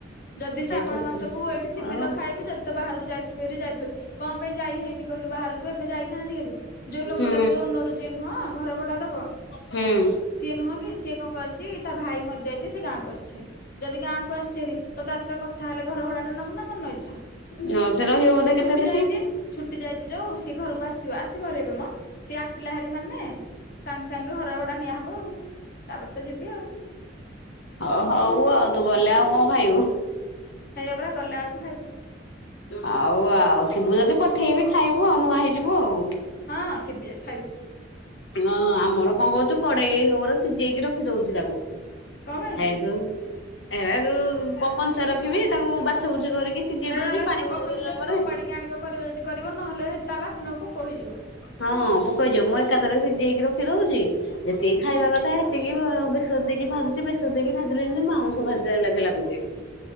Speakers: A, on the left (about 55°); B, on the left (about 70°).
A: ଯଦି ଶ୍ରାବଣ
B: ହେଇଥ
A: ମାସକୁ ଏଇଠି ଥିବି
B: ଆଉ
A: ତ ଖାଇବି ଯଦି ତ ବାହାରକୁ ଯାଇଥିବ ଯାଇଥିବ କଣ ପାଇଁ ଯାଇ ହେଇନି କହିଲୁ ବାହାରକୁ ଏବେ ଯାଇଥାନ୍ତି ହେରି ଯୋଉ ଲୋକଟାର
B: ହୁଁ
A: ଯୋଉ ନରୁଜନ୍ ହଁ ଘର ଭଡା ଦବ
B: ହୁଁ
A: ସିଏ ନୁହଁ କି ସିଏ କଣ କରଛି ତା ଭାଇ ମରି ଯାଇ ଗାଁକୁ ଆସିଛରି ଯଦି ଗାଁକୁ ଆସିଚରି ତାର ସାହିତରେ କଥା ହେଲେ ଘର ଭୋଡା ଟା ନବୁ ନା ମନେ ଇଛା
B: ନର୍ସ ରହିବ ବୋଧେ
A: ସେ
B: କେତେ
A: ଛୁଟି
B: ଦିନି?
A: ଯାଇଛ ଛୁଟି ଯାଇଛି ଯୋ ସି ଘରକୁ ଆସିବ ଆସିବାରୁ ଏବେ ମ ସିଏ ଆସିଲା ହାରି ମାନେ ସାଙ୍ଗେ ସାଙ୍ଗେ ଘର ଭଡା ନିଆହବ ଆଉ ତାପରେ ତ ଯିବି ଆଉ
B: ହଉ ହଉ ଆଉ ତୁ ଗଲେ ଆଉ କଣ ଖାଇବୁ।
A: ହେଇଆ ପରା ଗଲେ ଆଉ କ ଖାଇବି।
B: ଆଉ ଆଉ ଥିବୁ ଯଦି ପଠେଇବି ଖାଇବୁ ଆଉ ନୂଆ ହେଇଯିବୁ ଆଉ।
A: ହଁ ଥିବି ଯ
B: ହଁ ଆମର କଣ କହୁଛୁ କଢେଇ ହବର ସିଝେଇକି ରଖି ଦଉଛି ତାକୁ।
A: କଣ ପାଇଁ
B: ଏ ଯଉ ଏଟା ଯଉ କଞ୍ଚା ରଖିବି ତାକୁ ବାଛ ବୁଛି କରିକି। ସିଝେଇ
A: ହେଲେ
B: ଦଉଛି
A: ନହେଲେ
B: ପାଣି ମରିଗଲା
A: କହୁଛନ୍ତି ଯୋଉଦିନ
B: ପରେ।
A: ଉପାଡିକି ଆଣିବ କରିବ ଯଦି କରିବ ନହେଲେ ତା ବାସିଦିନକୁ ପୋକ ହେଇଯିବ।
B: ହଁ ପୋକ ହେଇଯିବ ମୁଁ ଏକାଥରେ ସିଝେଇକି ରଖି ଦଉଛି ଯେତିକି
A: ହୁଁ
B: ଖାଇବା କଥା ସେତିକି ବ ବେ ର ଦେଇକି ଭାଜୁଛି ବେଶର ଦେଇକି ଭାଜିଲେ ଏମିତି ମାଉଁସ ଭାଜିଲା ଲେଖା ଲାଗୁଛି।